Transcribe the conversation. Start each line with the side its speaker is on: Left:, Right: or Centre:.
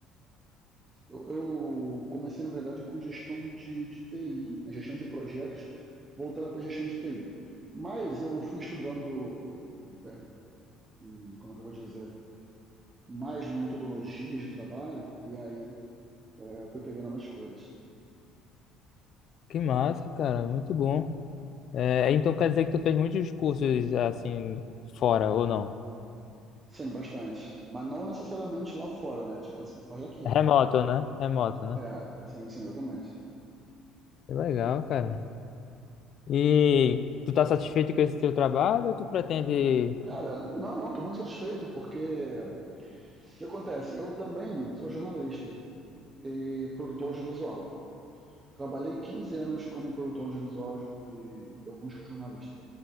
Right: eu comecei, na verdade, com gestão de, de TI, né, gestão de projetos, voltada para gestão de TI. Mas eu fui estudando, é, hum, como é que eu vou dizer, mais metodologias de trabalho e aí é, fui pegando mais coisas.
Left: Que massa, cara. Muito bom. É, então quer dizer que tu fez muitos cursos assim fora ou não?
Right: Sim, bastante. Mas não necessariamente lá fora, né? Tipo assim, tu faz daqui.
Left: Remoto, né? Remoto, né?
Right: É, sim, sim, exatamente.
Left: Que legal, cara. E tu tá satisfeito com esse teu trabalho ou tu pretende...
Right: Cara, não, não, tô muito satisfeito, porque o que acontece? Eu também sou jornalista e produtor audiovisual. Trabalhei 15 anos como produtor audiovisual e alguns com jornalista.